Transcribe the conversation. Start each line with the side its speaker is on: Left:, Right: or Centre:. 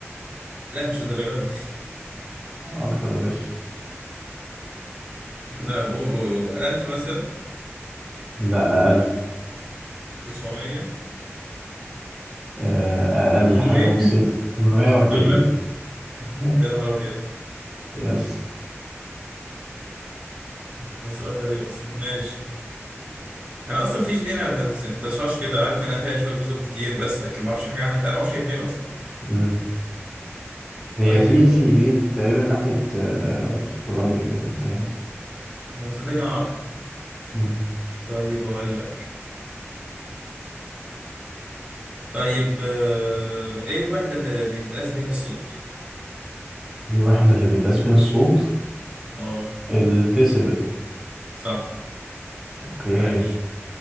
Right: لا مش الدرجه دي
Centre: اكتر يا باشا
Right: لا و- و- 1000 مثلا
Centre: لا اقل
Right: 900
Centre: آه، اقل
Right: 800
Centre: حاجه بسيطه 840
Right: 800 <laughs>
Centre: <laughs>
Right: يا نهار ابيض
Centre: يس
Right: ده سؤال غريب اصلا ماشي انا اصلا فيجي دي انا تشاش كده عارف انها فيها شويه جزر كتير بس لكن ما اعرفش حاجه عنها انا ما اعرفش هي فين اصلا
Centre: مم. هي
Right: طيب
Centre: فيجي دي تقريبا ناحيه آه، استراليا كده انت يعني
Right: ما صدقني ما اعرف
Centre: مم.
Right: طيب اقول لك طيب آه، ايه الوحده اللي بيتقاس بيها الصوت
Centre: الوحده اللي بيتقاس بيها الصوت
Right: اه
Centre: الديسيبل
Right: صح
Centre: اوكي
Right: عاش